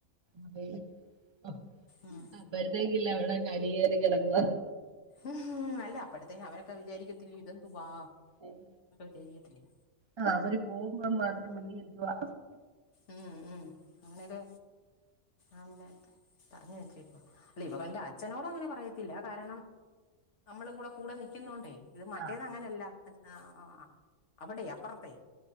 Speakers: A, on the right; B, on the left.
A: അതേ പ്പം
B: ഉം.
A: അപ്പറത്തേക്കില്ല അവിടെ കടി കേറി കെടക്കുവാ
B: ഉം അല്ല അപ്പോഴത്തേക്കും അവരൊക്കെ വിചാരിക്കത്തില്ല ഇതെന്തുവാ
A: ഉം
B: അപ്പൊ ചെയ്യത്തില്ലെ
A: ആ അവര് പോകുമ്പോൾ മാത്രമല്ല എന്തുവാ.
B: ഉം ഉം അങ്ങനെക്കെ ആല്ലെ പറഞ്ഞഞ് വെച്ചേക്കുവ അല്ല ഇവ എന്റെ അച്ഛനോട അങ്ങനെ പറയ പത്തില്ല കാരണം നമ്മളെ കൂടെ കൂടെ നൽക്കുന്നുണ്ടേ ഇത് മറ്റേത്
A: ആ
B: അങ്ങനെയല്ല. ആ ആ അവിടെ അപ്പുറത്തെേ